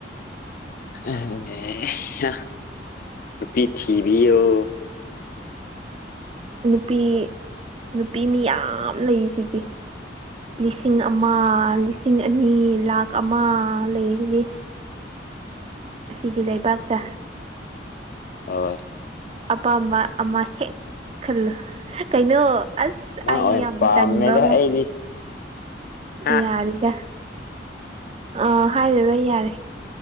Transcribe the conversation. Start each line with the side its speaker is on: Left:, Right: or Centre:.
Left: ꯑꯦ ꯄꯤꯊꯤꯕꯤ ꯑꯣ
Right: ꯅꯨꯄꯤ ꯅꯨꯄꯤ ꯃꯤ ꯌꯥꯝ ꯂꯩ ꯁꯤꯗꯤ ꯂꯤꯁꯤꯡ ꯑꯃ ꯂꯤꯁꯤꯡ ꯑꯅꯤ ꯂꯈ ꯑꯃ ꯂꯩꯁꯤꯗꯤ ꯁꯤꯒꯤ ꯂꯩꯕꯥꯛꯇ
Left: ꯍꯣꯏ
Right: ꯑꯄꯥꯝꯕ ꯑꯃ ꯍꯦꯛ ꯈꯜꯂꯨ ꯀꯩꯅꯣ ꯑꯁ
Left: ꯅꯪ
Right: ꯑꯩ
Left: ꯑꯣꯏꯅ
Right: ꯌꯥꯝ
Left: ꯄꯥꯝꯃꯦꯗ
Right: ꯇꯟꯕ ꯑꯃ
Left: ꯑꯩꯗꯤ ꯍꯥ
Right: ꯌꯥꯔꯤꯗ ꯑꯥ ꯍꯥꯏꯔꯔꯣꯏ ꯌꯥꯔꯦ